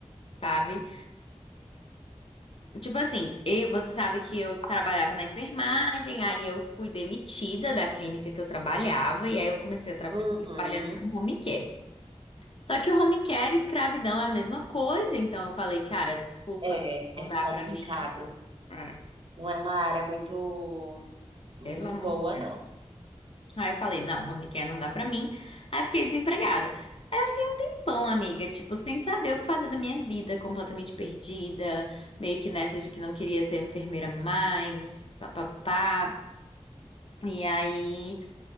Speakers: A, on the left; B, on the right.
A: sabe? Tipo assim, eu- você sabe que eu trabalhava na enfermagem, aí eu fui demitida da clínica que eu trabalhava, e aí eu comecei a tra
B: Uhum.
A: trabalhando no home care. Só que o home care e escravidão é a mesma coisa, então eu falei, cara, desculpa,
B: É,
A: não
B: é
A: dá
B: complicado.
A: pra mim. Ah,
B: Não é uma área muito muito
A: pelo amor.
B: boa não.
A: Aí eu falei, não, home care não dá pra mim. Aí eu fiquei desempregada. Aí eu fiquei um tempão, amiga, tipo, sem saber o que fazer da minha vida, completamente perdida, meio que nessa de que não queria ser enfermeira mais, papapá. E aí.